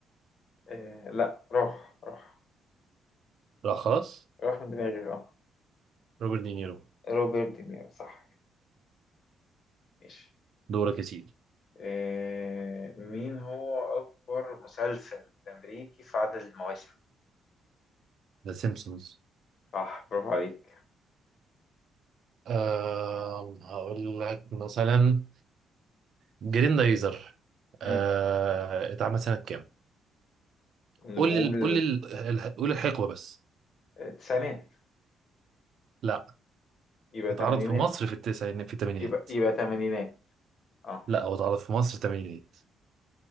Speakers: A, on the left; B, on the right.
A: آه لا روح روح
B: لا خلاص
A: روح من دماغي اه
B: روبرت دينيرو
A: روبرت دينيرو صح ماشي
B: دورك يا سيدي
A: آه، مين هو أكبر مسلسل أمريكي في عدد المواسم؟
B: ذا سيمبسونز
A: صح برافو عليك
B: أه هقول لك مثلا جريندايزر
A: مم.
B: أه اتعمل سنة كام
A: نقول
B: قول لي قول لي ال- قول الحقبة بس
A: آه، تسعينات
B: لا
A: يبقى
B: اتعرض
A: تمانينات
B: في مصر في التسعينات في الثمانينات
A: يبقى يبقى تمانينات اه
B: لا هو اتعرض في مصر الثمانينات